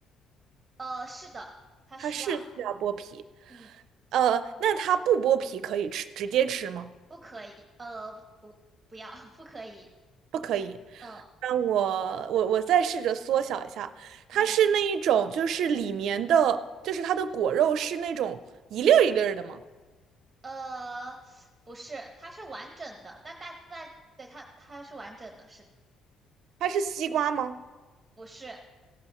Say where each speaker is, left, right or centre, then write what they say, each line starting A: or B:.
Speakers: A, on the right; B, on the right.
A: 呃，是的，它需要。
B: 它是需要剥皮，
A: 嗯。
B: 呃，那它不剥皮可以吃，直接吃吗？
A: 不可以，呃，不，不要，<laughs> 不可以，
B: 可以。
A: 嗯
B: 那我我我再试着缩小一下，它是那一种，
A: 嗯，
B: 就是里面的，就是它的果肉是那种一粒儿一粒儿的吗？
A: 呃，不是，它是完整的，但大但对它它是完整的，是
B: 它是西瓜吗？
A: 不是？